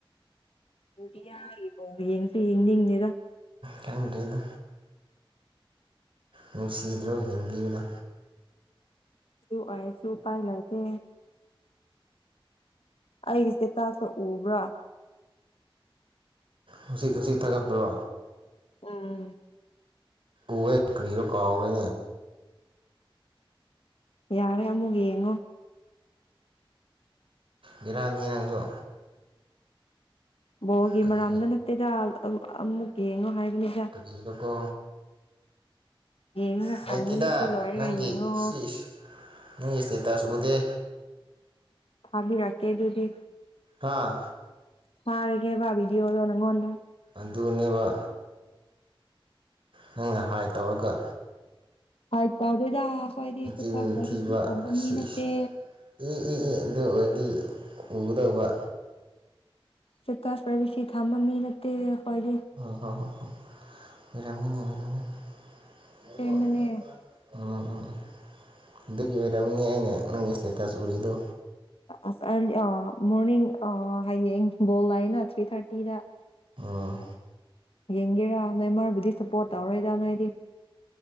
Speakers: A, on the left (about 85°); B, on the right (about 65°).
A: ꯗꯤ ꯌꯥ ꯌꯦꯡꯁꯨ ꯌꯦꯡꯅꯤꯡꯅꯦꯗ
B: ꯍꯪꯒꯦꯗꯣ ꯅꯨꯡꯁꯤꯗ꯭ꯔꯣ ꯌꯦꯡꯕꯤꯌꯨꯅ
A: ꯁꯨ ꯑꯦꯔꯁꯨ ꯄꯥꯏ ꯂꯥꯏꯇꯦ ꯑꯩꯒꯤꯁꯦ ꯇꯥꯛꯇ ꯎꯕ꯭ꯔꯥ
B: ꯍꯧꯖꯤꯛ ꯍꯧꯖꯤꯛ ꯊꯥꯒꯠꯄ꯭ꯔꯣ
A: ꯎꯝ
B: ꯎꯍ ꯀꯔꯤꯔꯣ ꯀꯥꯅꯦ
A: ꯌꯥꯔꯦ ꯑꯃꯨꯛ ꯌꯦꯡꯉꯣ
B: ꯕꯦꯔꯅꯤ ꯅꯪꯡꯁꯨ
A: ꯕꯣꯜꯒꯤ
B: ꯀꯔꯤ
A: ꯃꯔꯝ ꯅꯠꯇꯦꯗ ꯑꯃꯨꯛ ꯌꯦꯡꯉꯣ ꯍꯥꯏꯕꯅꯦ
B: ꯏꯗꯤꯗꯀꯣ
A: ꯌꯦꯡꯉꯒ
B: ꯂꯩꯇꯦꯗ
A: ꯈꯪꯒꯅꯤ ꯁꯤ ꯂꯣꯏꯔꯒ
B: ꯅꯪꯒꯤ
A: ꯌꯦꯡꯉꯣ
B: ꯁꯤ ꯃꯤ ꯏꯁꯇꯦꯠꯇ ꯑꯁꯤ ꯎꯗꯦ
A: ꯍꯥꯕꯤꯔ ꯀꯦ ꯑꯗꯨꯗꯤ
B: ꯍꯥꯥ
A: ꯊꯔꯒꯦꯕꯥ ꯕꯤꯗꯤꯎꯗꯣ ꯅꯪꯉꯣꯅꯗꯥ
B: ꯑꯗꯨꯅꯦꯕ ꯅꯪꯅ ꯍꯥꯏ ꯇꯧꯔꯒ
A: ꯍꯥꯏꯗ ꯇꯧꯗꯦꯗ ꯑꯩꯈꯣꯏꯗꯤ
B: ꯆꯤꯟ
A: ꯁꯇꯦꯇꯁ ꯄ꯭ꯔꯥꯏꯕꯦꯁꯤ
B: ꯊꯤꯕ
A: ꯊꯝꯕ
B: ꯁꯤꯁ
A: ꯃꯤ ꯅꯠꯇꯦ
B: ꯏ ꯏ ꯏ ꯑꯗꯨ ꯑꯣꯏꯗꯤ ꯎꯒꯗꯧꯕ
A: ꯁꯇꯦꯇꯁ ꯄ꯭ꯔꯥꯏꯕꯦꯁꯤ ꯊꯝꯕ ꯃꯤ ꯅꯠꯇꯦ ꯑꯩꯈꯣꯏꯗꯤ
B: <unintelligible>
A: ꯑꯁꯦꯡꯕꯅꯦ
B: ꯎꯝ ꯎꯝ ꯑꯗꯨꯒꯤ ꯑꯣꯏꯔꯝꯅꯤ ꯑꯩꯅ ꯅꯪꯒꯤ ꯁꯇꯦꯇꯁ ꯎꯔꯤꯗꯣ
A: ꯑꯁ ꯑꯥꯔꯂꯤ ꯑ ꯃꯣꯔꯅꯤꯡ ꯑꯥ ꯍꯌꯦꯡ ꯕꯣꯜ ꯂꯩꯅ ꯊ꯭ꯔꯤ ꯊꯥꯔꯇꯤꯗ
B: ꯑꯥ
A: ꯌꯦꯡꯒꯦꯔꯥ ꯅꯣꯏ ꯃꯔꯕꯨꯗꯤ ꯁꯞꯄꯣꯔꯠ ꯇꯧꯔꯣꯏꯗ ꯅꯣꯏꯗꯤ